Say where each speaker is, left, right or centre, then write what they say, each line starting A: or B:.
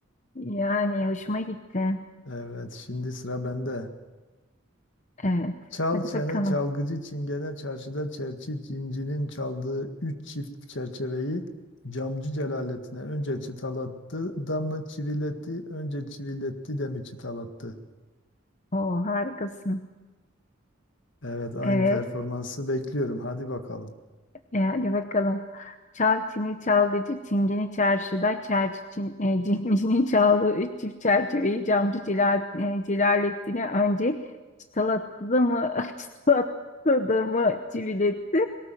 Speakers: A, on the left (about 40°); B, on the left (about 65°).
A: Yani hoşuma gitti.
B: Evet, şimdi sıra bende.
A: Evet.
B: Çal
A: Hadi
B: çene
A: bakalım.
B: çalgıcı çingene çarşıda çerçi cincinin çaldığı üç çift çerçeveyi camcı Celalettin'e önce çıtalattı da mı çiviletti önce çiviletti de mi çıtalattı?
A: Oo harikasın.
B: Evet aynı
A: Evet.
B: performansı bekliyorum hadi bakalım.
A: E, hadi bakalım. Çal çini çalgıcı çingeni çarşıda çerçi çin, e, <laughs> cincinin çaldığı üç çift çerçeveyi camcı Celal, e, Celalettin'e önce çıtalattı mı <laughs> çıtalattı da mı çiviletti.